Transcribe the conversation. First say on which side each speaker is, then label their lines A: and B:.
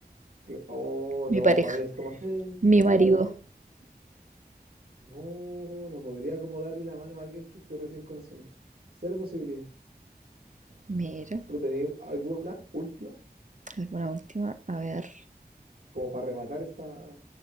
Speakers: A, on the right; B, on the right.
A: que- oh
B: mi
A: no,
B: pareja,
A: para mí es como, "Eh,
B: mi marido.
A: ¿qué hago? No, no podría como darle la mano a alguien que estoy recién conociendo. Cero posibilidad.
B: Mira,
A: ¿Tú tenías alguna última
B: alguna última, a ver.
A: como para rematar esta,